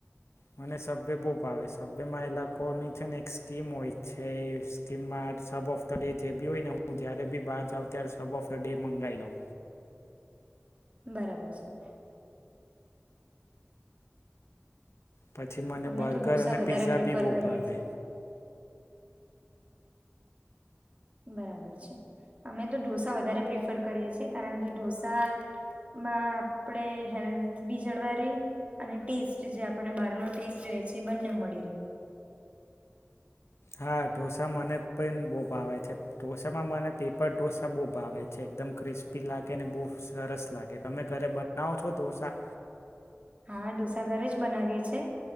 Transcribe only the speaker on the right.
બરાબર છે.
અમે
તો ઢોસા
વધારે
પ્રિફર
કરીએ
છે. બરાબર છે, અમે તો ઢોસા વધારે પ્રિફર કરીએ છે, કારણ કે ઢોસામાં આપણે હેલ્થ બી જળવાઇ રહે, અને ટેસ્ટ જે આપને બહારનો ટેસ્ટ જોઈએ છે એ બંને મળી રહે.
હા ઢોસા ઘરે જ બનાવીએ છીએ